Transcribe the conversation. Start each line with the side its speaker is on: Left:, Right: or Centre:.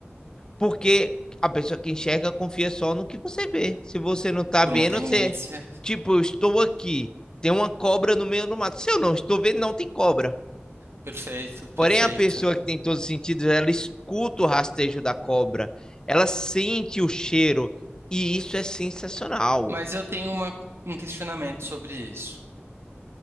Left: Porque a pessoa que enxerga confia só no que você vê. Se você não tá
Right: Por
Left: vendo,
Right: uma tendência.
Left: você. Tipo, eu estou aqui, tem uma cobra no meio do mato. Se eu não estou vendo, não tem cobra.
Right: Perfeito, perfeito.
Left: Porém, a pessoa que tem todos os sentidos, ela escuta o rastejo da cobra, ela sente o cheiro, e isso é sensacional.
Right: Mas eu tenho uma- um questionamento sobre isso.